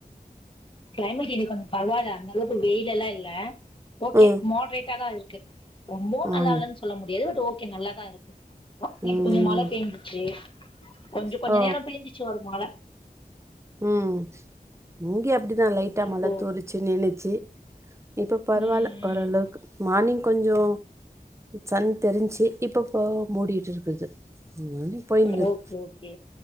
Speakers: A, on the left (about 35°); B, on the right (about 15°).
A: கிளைமேட் இன்னைக்கி கொஞ்ச பரவால்ல அந்தளவுக்கு வெயில் எல்லா இல்ல ஓகே
B: ம்
A: மாட்ரேட்டாதா இருக் கே ரொம்பவு
B: ஆ
A: நல்லா இல்லன் சொல்ல முடியாது பட் ஓகே நல்லாதா இருக்கு நேத்து
B: ம்
A: கொஞ்சோ மழ பெஞ்சிச்சு கொஞ்ச கொஞ்சோ
B: ஓ
A: நேரோ பெஞ்சிச்சு ஒரு மழ
B: ம் இங்கயு அப்டிதா லைட்டா
A: ஓகே
B: மழ
A: இப்போ
B: தூரிச்சு நின்னுச்சு இப்ப பரவால்ல
A: ம்
B: ஒரளவுக்கு
A: ம்
B: மார்னிங் கொஞ்சோ சன் தெரிஞ்சு இப்பப்போ மூடிட்டு இருக்குது ம் போயினுக்குது
A: ஓகே ஓகே